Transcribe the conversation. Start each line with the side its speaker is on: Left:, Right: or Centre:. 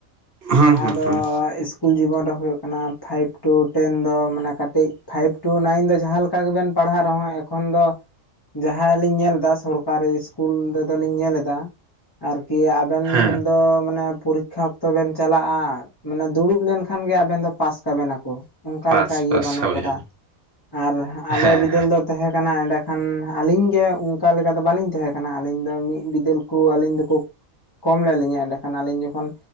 Right: ᱦᱩᱸ
Left: ᱡᱟᱦᱟᱸ
Right: ᱦᱩᱸ
Left: ᱫᱚ
Right: ᱦᱩᱸ
Left: ᱤᱥ ᱠᱩᱞ ᱡᱤᱵᱚᱱ ᱨᱮ ᱦᱩᱭᱩᱜ ᱠᱟᱱᱟ ᱯᱷᱟᱭᱤᱵᱽ ᱴᱩ ᱴᱮᱱ ᱫᱚ ᱢᱟᱱᱮ ᱠᱟᱹᱴᱤᱡ ᱯᱷᱟᱭᱤᱵᱽ ᱴᱩ ᱱᱟᱭᱤᱱ ᱫᱚ ᱡᱟᱦᱟᱸ ᱞᱮ ᱠᱟ ᱜᱮᱵᱮᱱ ᱯᱟᱲᱦᱟᱣ ᱨᱮᱦᱚᱸ ᱮᱠᱷᱚᱱ ᱫᱚ ᱡᱟᱦᱟᱸ ᱞᱤᱧ ᱧᱮᱞ ᱫᱟ ᱥᱚᱨᱠᱟᱨᱤ ᱤᱥᱠᱩᱞ ᱨᱮᱫᱚᱞᱤᱧ ᱧᱮᱞᱮᱫᱟ ᱟᱨᱠᱤ ᱟᱵ ᱟᱵᱮᱱ
Right: ᱦᱮᱸ
Left: ᱫᱚ ᱢᱟᱱᱮ ᱯᱚᱨᱤᱠᱠᱷᱟ ᱛᱚᱵᱮᱢ ᱪᱟᱞᱟᱜᱼᱟ ᱢᱟᱱᱮ ᱫᱩᱲᱩᱵ ᱞᱮᱱᱠᱷᱟᱱ ᱜᱮ ᱟᱵᱮᱱ ᱫᱚ ᱯᱟᱥ ᱠᱟᱵᱮᱱᱟ ᱠᱚ ᱾ ᱚᱝᱠᱟ
Right: ᱯᱟᱥ
Left: ᱞᱮᱠᱟ ᱤᱭᱟᱹ
Right: ᱯᱟᱥ
Left: ᱵᱟᱹᱱᱩᱜ
Right: ᱦᱳᱭ
Left: ᱠᱟᱫᱟ
Right: ᱦᱳᱭ
Left: ᱟᱨ ᱟᱞᱮ
Right: ᱦᱮᱸ
Left: ᱵᱤᱫᱟᱹᱞ ᱫᱚ ᱛᱟᱦᱮᱸ ᱠᱟᱱᱟ ᱮᱸᱰᱮ ᱠᱷᱟᱱ ᱟᱹᱞᱤᱧ ᱜᱮ ᱚᱱᱠᱟ ᱞᱮᱠᱟ ᱫᱚ ᱵᱟᱹᱞᱤᱧ ᱛᱟᱦᱮᱸ ᱠᱟᱱᱟ ᱟᱹᱞᱤᱧ ᱫᱚ ᱢᱤᱫ ᱵᱤᱫᱟᱹᱞ ᱠᱚ ᱟᱹᱞᱤᱧ ᱫᱚᱠᱚ ᱠᱚᱢ ᱞᱮᱫ ᱞᱤᱧᱟᱹ ᱮᱸᱰᱮᱠᱷᱟᱱ ᱟᱹᱞᱤᱧ ᱡᱚᱠᱷᱚᱱ